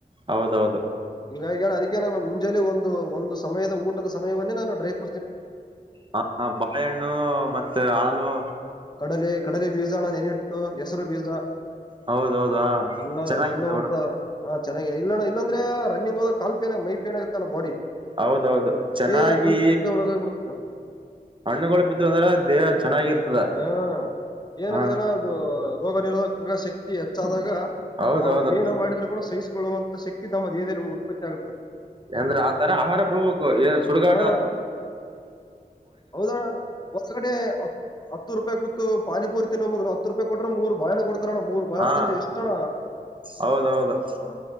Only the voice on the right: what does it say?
ಹೌದೌದು
ಹ ಬಾಳೆಹಣ್ಣು ಮತ್ತೆ ಹಾಲು
ಹೌದೌದು ಹ
ಚೆನ್ನಾಗಿದೆ
ಬಿಡ
ಹೌದೌದು ಚೆನ್ನಾಗಿ
ಹಣ್ಣುಗಳು ಬಿದ್ದು ಅಂದ್ರ ದೇಹ ಚೆನ್ನಾಗಿರ್ತದ
ಹ
ಹೌದೌದು
ಏಂದ್ರ ಆತರ ಆಹಾರ ಬಳ್ಬೇಕು ಏನ್ ಸುಡುಗಾಡು
ಹಾ
ಹೌದೌದು